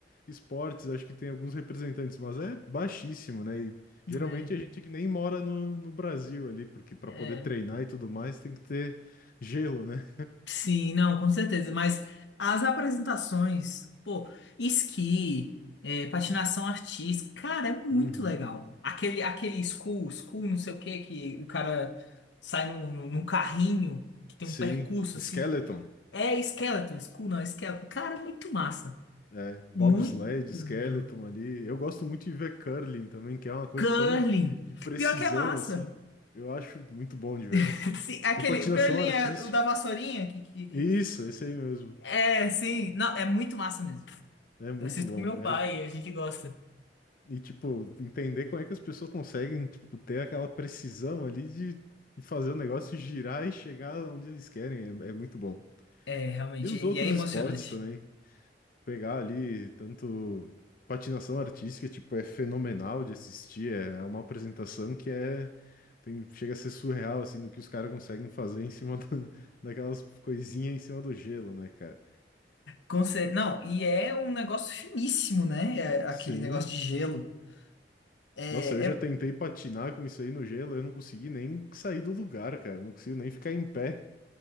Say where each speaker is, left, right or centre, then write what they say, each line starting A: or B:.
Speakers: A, on the left (about 50°); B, on the left (about 85°).
A: esportes, acho que tem alguns representantes, mas é baixíssimo, né? E geralmente
B: É,
A: a gente que nem mora no, no Brasil ali, porque para
B: é.
A: poder treinar e tudo mais tem que ter gelo, né?
B: Sim, não, com certeza. Mas as apresentações, pô, esqui, é, patinação artística, cara, é muito
A: Uhum.
B: legal. Aquele, aquele school, school, não sei o que que o cara sai num, num num carrinho que tem
A: Sim.
B: um percurso assim.
A: Skeleton.
B: É skeleton, school não, é skeleton. Cara, é muito massa.
A: É, bobsled,
B: Muito
A: skeleton
B: legal.
A: ali. Eu gosto muito de ver curling também, que é uma coisa
B: Curling.
A: tão de precisão
B: Pior que é massa.
A: assim. Eu acho muito bom de ver.
B: <laughs> Sim, é aquele,
A: E patinação
B: o curling
A: artística.
B: é o da vassourinha que, que, que,
A: Isso,
B: que-
A: esse aí mesmo.
B: É, sim. Não, é muito massa mesmo.
A: É muito
B: Eu assisto
A: bom.
B: com meu pai
A: É,
B: e a gente gosta.
A: e tipo, entender como é que as pessoas conseguem, tipo, ter aquela precisão ali de, de fazer o negócio girar e chegar onde eles querem. É, é muito bom.
B: É, realmente,
A: E os
B: e
A: outros
B: e é emocionante.
A: esportes também. pegar ali tanto patinação artística, tipo, é fenomenal de assistir, é é uma apresentação que é tem, chega a ser surreal assim do que os caras conseguem fazer em cima da- <laughs> daquelas coisinhas em cima do gelo, né, cara?
B: Com cer- Não, e é um negócio finíssimo, né? É, aquele
A: Sim.
B: negócio de gelo. É,
A: Nossa, eu já
B: é-
A: tentei patinar com isso aí no gelo, eu não consegui nem sair do lugar, cara, não consigo nem ficar em pé.